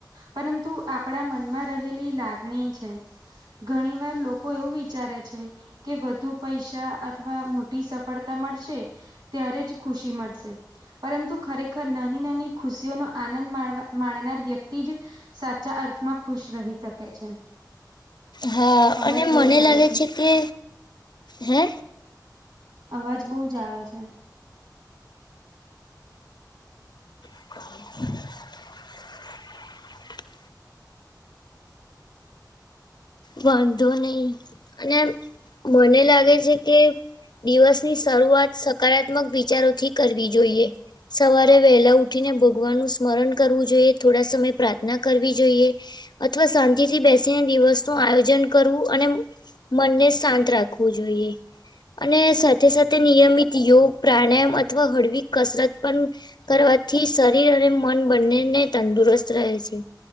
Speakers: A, on the right; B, on the left.
A: પરંતુ આપડા મનમાં રહેલી લાગણી છે. ઘણીવાર લોકો એવું વિચારે છે કે વધુ પૈસા અથવા મોટી સફળતા મળશે ત્યારે જ ખુશી મળશે. પરંતુ ખરેખર નાની-નાની ખુશીઓનો આનંદ માણવા માણનાર વ્યક્તિ જ સાચા અર્થમાં ખુશ રહી શકે છે.
B: હા,
A: અવાજ
B: અને મને
A: બહુ જ આવે
B: લાગે છે કે હે?
A: અવાજ બઉ જ આવે છે.
B: <inaudible> વાંધો નઈ, અને મને લાગે છે કે દિવસની શરૂઆત સકારાત્મક વિચારોથી કરવી જોઈએ. સવારે વહેલા ઉઠીને ભગવાનનું સ્મરણ કરવું જોઈએ, થોડા સમય પ્રાર્થના કરવી જોઈએ. અથવા શાંતિથી બેસીને દિવસ શું આયોજન કરવું અને મનને શાંત રાખવું જોઈએ. અને સાથે-સાથે નિયમિત યોગ, પ્રાણાયામ અથવા હળવી કસરત પણ કરવાથી શરીર અને મન બંનેને તંદુરસ્ત રહે છે.